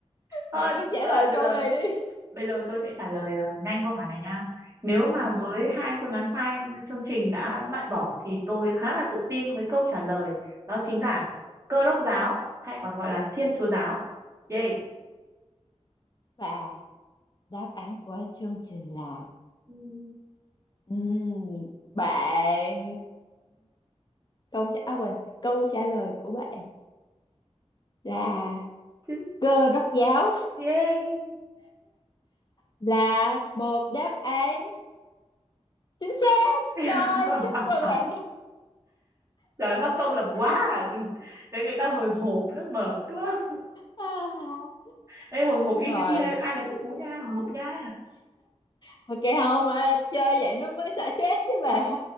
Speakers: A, on the right; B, on the left.
A: thôi
B: bạn cứ trả
A: tôi
B: lời
A: ơi, bây
B: câu
A: giờ
B: này đi.
A: bây giờ tôi sẽ trả lời ờ, nhanh câu hỏi này nha nếu mà
B: Ừ.
A: với hai phương án sai chương trình đã loại bỏ thì tôi khá là tự tin với câu trả lời đó chính là cơ đốc giáo hay còn gọi là thiên chúa giáo yay
B: Và đáp án của chương trình là
A: Ừm,
B: Ừm, bạn câu trả à, quên câu trả lời của bạn là
A: chứ-
B: cơ đốc giáo
A: yay
B: là một đáp án chính xác
A: <laughs>
B: rồi chúc mừng bạn
A: trời ơi, mắc công làm quá
B: <laughs>
A: à. Mình- đấy người ta hồi hộp nó mệt quá
B: À,
A: Ê hồi hộp y
B: rồi
A: như thi đây Ai là triệu phú nha Hồi hộp nha
B: ok không mà chơi vậy nó mới xả stress chứ bà